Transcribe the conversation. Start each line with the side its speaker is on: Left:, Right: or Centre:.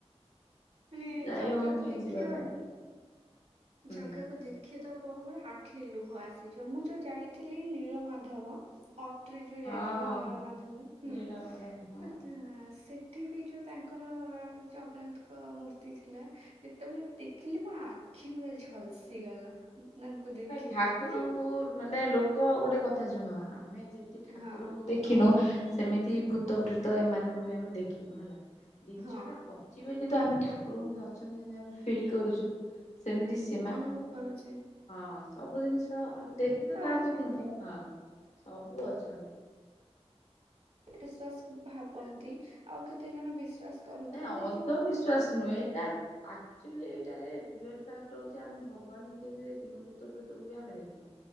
Right: ମାନେ
Left: ଯାଇ
Right: ଜଗାକୁ
Left: ହଉନି
Right: ଦେଖିବାକୁ
Left: ଯିବା ପାଇଁ ହୁଁ
Right: ଜଗାକୁ ଦେଖିଦବ ପୁରା ଆଖିରେ ଲୁହ ଆସିଯିବ। ମୁଁ ଯୋଉ ଯାଇଥିଲି ନୀଳ ମାଧବ ଅଟ୍ରି ଯୋଉ
Left: ହଁ
Right: ଯାଇଥିଲି ନୀଳ ମାଧବ। ହୁଁ
Left: ନୀଳମାଧବ ହଁ।
Right: ତ ଯା ସେ ସେଠି ବି ଯୋଉ ତାଙ୍କର ଜଗନ୍ନାଥଙ୍କ ମୂର୍ତ୍ତି ଥିଲା ଯେତେବେଳେ ଦେଖିଲି ମୋ ଆ ଆଖି ପୁରା ଝଲସି ଗଲା। ଦେଖିକି
Left: ଭାଇ ଠାକୁରଙ୍କୁ
Right: ମାନେ ମୁଁ
Left: ମାନେ ଲୋକ ଗୋଟେ କଥା ଶୁଣ ଆମେ ଯେମିତି ଠାକୁରଙ୍କୁ
Right: ହଁ
Left: ଦେ ଦେଖିନୁ ସେମିତି ଭୂତ ପ୍ରେତ ଏମାନଙ୍କୁ ବି ଆମେ ଦେଖିନୁ ହେଲା ଜିନିଷ
Right: ହଁ
Left: ଟା ଅଛି ବୋଲି ତ ଆମେ ଠାକୁରଙ୍କୁ ଅଛନ୍ତି ଯେମିତି ଆମେ ଫିଲ୍ କରୁଚୁ ସେମିତି ସି
Right: ଅନୁଭବ କରୁଛେ।
Left: ହଁ ସବୁ ଜିନିଷ ଆମେ ଦେଖି ତ କାହାକୁ
Right: ଅଛନ୍ତି।
Left: ନୁହେଁ ହଁ ସବୁ ଅଛ
Right: ବିଶ୍ଵାସ ଭାବନ୍ତି ଆଉ କେତେ ଜଣ ବିଶ୍ଵାସ କରନ୍ତି
Left: ନାଇଁ
Right: ମାନେ
Left: ଅନ୍ଧ
Right: ଯୋଉ
Left: ବିିଶ୍ୱାସ
Right: କୁହ
Left: ନୁହେଁ ଏଇଟା ଆକ୍ଚୁଆଲି ଏଇଟାରେ ରିଅଲ୍ ଫ୍ୟାକ୍ଟ ହଉଚି ଆମେ ଭଗବାନଙ୍କୁ ଯେମିତି ଦେଖିନୁ ଭୂତ ପ୍ରେତ କୁ ବି ଆମେ ଦେଖି